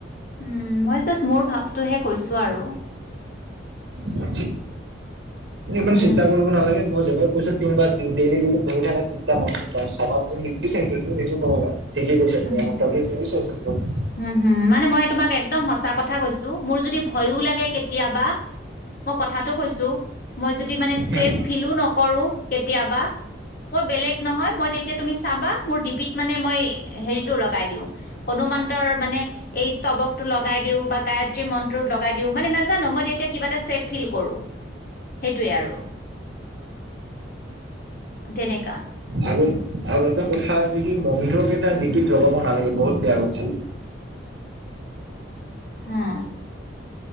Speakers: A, on the left; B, on the right.
A: উম মই জাষ্ট মোৰ ভাব টোহে কৈছো আৰু
B: ব এইবমান
A: উম
B: চিন্তা কৰিব নালাগে মই যেনেক কৈছো তিনিবাৰ দি ডেইি ডেইলি কৰি থাকা তেতিয়া মন চাবাু চি তুমি নিজো ক'বা ঠিক কি কৈছ
A: উম
B: তি
A: উম হম <inaudible>
B: যাব
A: হেৰিতটো লগাই দিওঁ হনুমানন্তৰ মানে এই স্তৱকতটো লগাই দিওঁ বা গায়ত্ৰী মন্ত্ৰ লগাই দিওঁ মানে নাজানো মই তেতিয়া কিব এটাছে ফিল কৰো সেইটোৱে আৰু তেনেকাা
B: আৰু আৰু এটা কথা যে কি মন্ত্ৰকেইটা ডিপিত লগাব নালাগে বহুত বেয়া কথা
A: হা